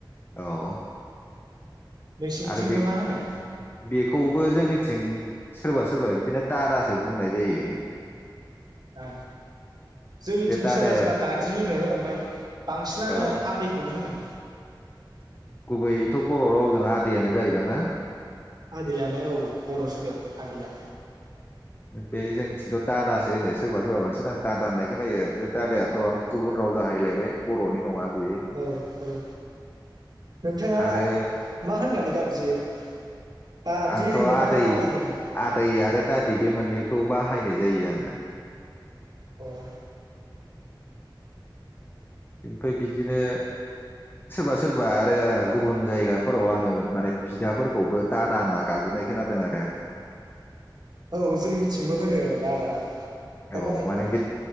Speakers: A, on the left; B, on the right.
A: अह
B: नोंसिनिथिंबो
A: आरो बे
B: मा होनो
A: बेखौबो जोंनि थिं सोरबा सोरबा बिदिनो दादासो बुंनाय जायो।
B: दा जोंनिथिं
A: बे दादाया
B: सोरबा सोरबा दादि होनो ओमफ्राय बांसिनानो
A: औ
B: आदैखौनो होनो।
A: गुबैयैथ' बर' रावजों आदैयानो जायोदांना?
B: आदैयानो औ बर' सोदोब आदैया।
A: बे जोंनिथिंथ' दादासो होनो सोरबा सोरबा बांसिन आं दादा होननायखौ नायो बे दादायाथ' गुबुन राव जाहैलायबाय बर'नि नङा। बेयो
B: औ औ नोंथाङा
A: आरो
B: मा होननानै गाबज्रियो? बादि
A: आंथ'
B: होनो
A: आदै
B: ना होनो?
A: आदै आरो दादि बे मोननैखौ बाहायनाय जायो आङो।
B: अह
A: ओमफ्राय बिदिनो सोरबा सोरबा आरो गुबुन जायगाफोराव आङो माने बिदाफोरखौबो दा दा होनना गाबज्रिनाय खोनादों आरो।
B: औ जोंनिथिंबो होनो दादा। खायफा
A: औ
B: खायफा
A: माने बे